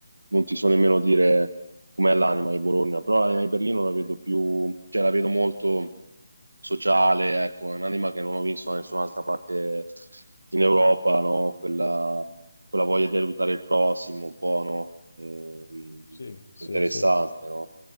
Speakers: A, on the right; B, on the left.
A: non ti so nemmeno dire com'è l'anima di Bologna, però l'anima di Berlino la vedo più, cioè la vedo molto sociale, ecco, è un'anima che non ho visto da nessun'altra parte in Europa, no? Quella, quella voglia di aiutare il prossimo, un po', no? Ehm,
B: Sì, sì,
A: interessante,
B: sì.
A: no?